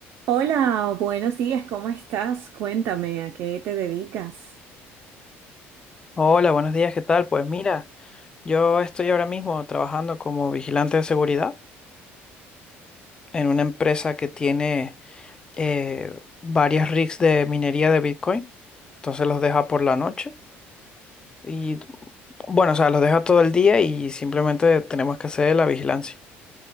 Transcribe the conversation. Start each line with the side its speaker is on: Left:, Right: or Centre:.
Right: Hola, buenos días, ¿cómo estás? Cuéntame, ¿a qué te dedicas?
Left: Hola, buenos días, ¿qué tal? Pues mira, yo estoy ahora mismo trabajando como vigilante de seguridad en una empresa que tiene eh, varias rigs de minería de Bitcoin. Entonces los deja por la noche y bueno, o sea, los deja todo el día y simplemente tenemos que hacer la vigilancia.